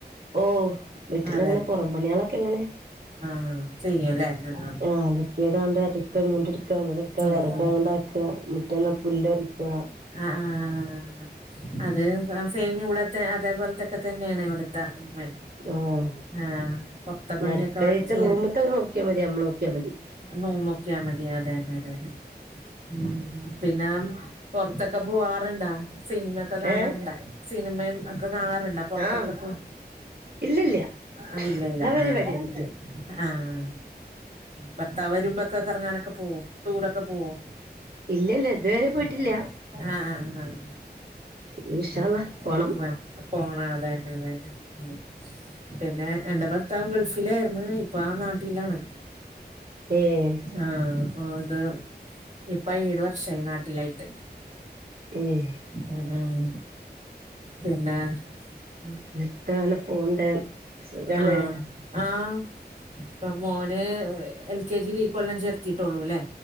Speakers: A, on the right (about 60°); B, on the right (about 40°).
A: ഓഹ് വീട്ടില്ങ്ങനെ
B: അതെ
A: പൊറം പണ്യാളൊക്കെങ്ങനെ
B: ആഹ് ചെയ്യും ല്ലെ ആഹ്
A: ആഹ് അലക്കിയതാണ്ടെ അട്ക്ക ഇങ്ങട്ടെട്ക്ക അങ്ങടെട്ക്ക
B: ഉം
A: വെറക്
B: ഉം
A: ണ്ടാക്കാ മുറ്റന്ന്പുല്ല് പറിക്കാ
B: അഹ് ആഹ് അതെ താം സെയിം ഇവടത്തെ അതേപോലത്തെക്കെ തന്നെണ് ഇവിട്ത്തെ ഉമ്മെം
A: ആഹ്
B: ആഹ് പൊർത്തെ
A: പിന്നെ
B: പണിയൊക്കെ
A: അടുക്കളത്തെ
B: വചെയ്യാൻ
A: റൂമത്തൊക്കെ നോക്കിയാ മതി നമ്മള് നോക്കിയാ മതി
B: നോമോക്ക്യ മതിയാ അതന്നെ അതന്നെ ഉം പിന്നാ പൊർത്തൊക്കെ പൂവാറ്ണ്ടാ സിൻമൊക്കെ കാണാറ്ണ്ടാേ
A: ഏഹ്
B: സിനിമയും ഒക്കെ കാണാറ്ണ്ടാ പൊർത്തൊക്കെ
A: ആഹ്
B: പോയി
A: ഇല്ലല്ല
B: ആഹ് ഇല്ല ഇല്ല
A: ആ പരിപാടിയൊന്നുല്ല
B: ആഹ് അഹ് ഭർത്താവരുമ്പൊക്കെ കറങ്ങാനൊക്കെ പോവോ ടൂറൊക്കെ പോവോ
A: ഇല്ലല്ല ഇതുവരെ പോയിട്ടില്ല
B: ആഹ് അഹ് ആഹ്
A: ഇൻഷാ
B: ഉം <unintelligible>
A: അള്ളാ പോണം
B: പോണം അതന്നെലേ ഉം പിന്നെ എന്റെ ഭർത്താവ് ഗൾഫിലായിര്ന്നു ഇപ്പൊ നാട്ടിലാണ്
A: ഏഹ്
B: ആഹ് ഓത് ഇപ്പൊ ഏഴു വർഷായി നാട്ടിലായിട്ട്
A: ഏഹ്
B: ഉം ഉം പിന്നാ ഉം
A: എത്താന പോണ്ട് സുഖാണ്
B: ആഹ് ആഹ് ഇപ്പൊ മോന് എൽ കെ ജീല് ഈ കൊല്ലം ചേർത്തീട്ടൊള്ളൂ ല്ലേ